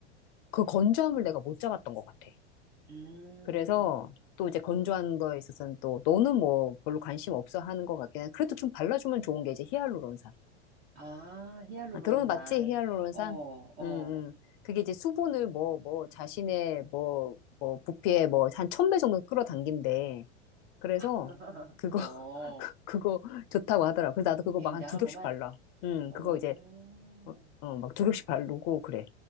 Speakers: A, on the left (about 45°); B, on the right (about 30°).
A: 그 건조함을 내가 못 잡았던 것 같아.
B: 음.
A: 그래서 또 이제 건조한 거에 있어서는 또 너는 뭐 별로 관심 없어 하는 것 같긴 해. 그래도 좀 발라주면 좋은 게 이제 히알루론산.
B: 아, 히알루론산.
A: 아, 들어봤지? 히알루론산?
B: 어, 어,
A: 음, 음. 그게 이제 수분을 뭐, 뭐, 자신의 뭐, 뭐, 부피에 뭐, 한 천 배 정도 끌어당긴대. 그래서
B: <laughs>
A: 그거
B: 어.
A: 그, 거 좋다고 하더라. 그래서 나도 그거
B: 굉장하구만.
A: 막 한 두 겹씩 발라. 음,
B: 오,
A: 그거 이제, 어, 어, 막 두 겹씩 바르고 그래.